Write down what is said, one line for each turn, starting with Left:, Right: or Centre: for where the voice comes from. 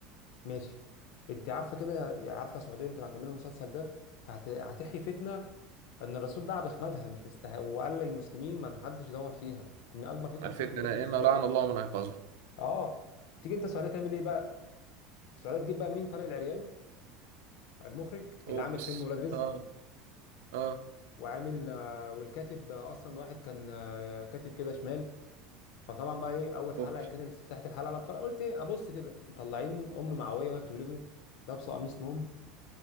Left: ماشي انت عارفه كده يا عارفه سعوديه انت لو هتعملوا المسلسل ده فهتحيي فتنه ان الرسول دعا باخمادها مش مستحق وقال للمسلمين ما حدش يدور فيها لان اكبر فتنه
Right: الفتنه
Left: حصلت في تاريخ
Right: نائمه
Left: الاسلام
Right: لعن الله من ايقظها
Left: اه تيجي انت السعوديه تعمل ايه بقى السعوديه تجيب بقى مين طارق العريان المخرج اللي
Right: اوبس
Left: عامل فيلم ولاد رزق
Right: اه اه
Left: وعامل آه، والكاتب آه، اصلا واحد كان آه، كاتب كده شمال فطبعا بقى ايه اول حلقه
Right: اوبس
Left: كده لاستفتاحه الحلقه انا اتفرجت قلت ايه ابص كده مطلعين ام معويه وهي بتولده لابسه قميص نوم